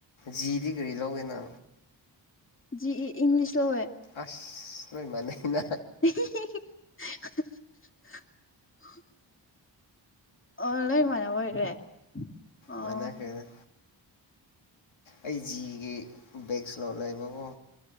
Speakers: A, on the left (about 80°); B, on the left (about 25°).
A: ꯖꯤꯗꯤ ꯀꯔꯤ ꯂꯧꯒꯦꯅ
B: ꯖꯤ ꯏ ꯏꯪꯂꯤꯁ ꯂꯧꯋꯦ
A: ꯑꯁ ꯂꯣꯏ ꯃꯥꯟꯅꯩꯅ
B: <unintelligible> ꯑꯣ ꯂꯣꯏꯃꯅꯕ ꯑꯣꯏꯔꯦ ꯑꯣ
A: ꯃꯅꯦ ꯈꯔꯦꯅ ꯑꯩ ꯖꯤꯒꯤ ꯕꯦꯛꯁ ꯂꯣꯟ ꯂꯩꯕꯕꯣ